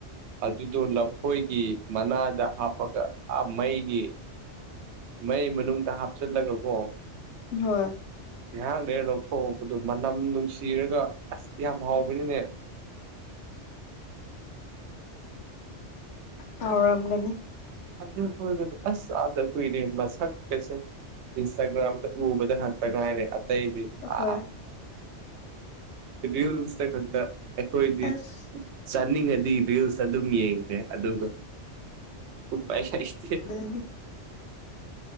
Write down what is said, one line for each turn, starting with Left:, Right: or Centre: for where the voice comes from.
Right: ꯑꯗꯨꯗꯣ ꯂꯐꯣꯏꯒꯤ ꯃꯅꯥꯗ ꯍꯥꯞꯄꯒ ꯑꯥ ꯃꯩꯒꯤ ꯃꯩ ꯃꯅꯨꯡꯗ ꯍꯥꯞꯆꯜꯂꯒꯀꯣ
Left: ꯍꯣꯏ
Right: ꯉꯥꯏꯍꯥꯛ ꯂꯩꯔ ꯂꯧꯊꯣꯛꯄꯗꯨ ꯃꯅꯝ ꯅꯨꯡꯁꯤꯔꯒ ꯑꯁ ꯌꯥꯝ ꯍꯥꯎꯕꯅꯤꯅꯦ
Left: ꯍꯥꯎꯔꯝꯒꯅꯤ
Right: ꯑꯗꯨ ꯇ‌ꯣꯏꯒꯗ‌ꯣ ꯑꯁ ꯎꯗ ꯀꯨꯏꯔ‌ꯦ ꯃꯁꯛꯀꯁ‌ꯦ ꯏꯟꯁꯇꯥꯒ꯭ꯔꯝꯗ ꯎꯕꯗ ꯈꯛ ꯇ ꯉꯥꯏꯔ‌ꯦ ꯑꯇꯩꯗꯤ ꯑ
Left: ꯍꯣꯏ
Right: ꯔꯤꯜꯁꯇ ꯈꯛꯇ ꯑꯩꯈꯣꯏꯗꯤ
Left: ꯑꯁ
Right: ꯆꯥꯅꯤꯡꯉꯗꯤ ꯔꯤꯜꯁ ꯑꯗꯨꯝ ꯌꯦꯡꯉꯦ ꯑꯗꯨꯒ ꯎꯄꯥꯏꯍ ꯂꯩꯇꯦ
Left: ꯎ <unintelligible>